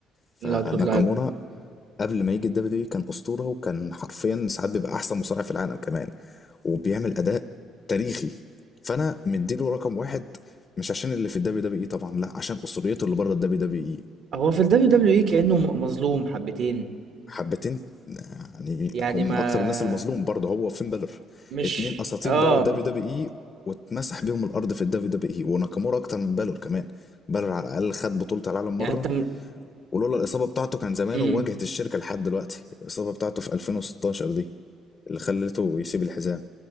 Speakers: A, on the left; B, on the right.
A: فناكامورا
B: لا تطلع لا
A: قبل ما يجي الدبليو دي كان اسطورة وكان حرفيا ساعات بيبقى احسن مصارع في العالم كمان وبيعمل اداء تاريخي فانا مديله رقم واحد مش عشان اللي في الدبليو دبليو اي طبعا لا عشان اسطوريته اللي بره الدبليو دبليو اي
B: هو في ال WWE اي كأنه م- مظلوم حبتين
A: حبتين يعني
B: يعني
A: هو من
B: ما
A: اكتر الناس المظلوم برضه هو وفين بالر
B: مش
A: اتنين اساطير
B: اه
A: بره الدبليو دبليو اي واتمسح بيهم الارض في الدبليو دبليو اي وناكامورا اكتر من بالر كمان بالر على الاقل خد بطوله العالم مره
B: يعني انت م...
A: ولولا الاصابه بتاعته كان زمانه
B: مم.
A: واجهت الشركه لحد دلوقتي الاصابه بتاعته في 2016 دي اللي خلته يسيب الحزام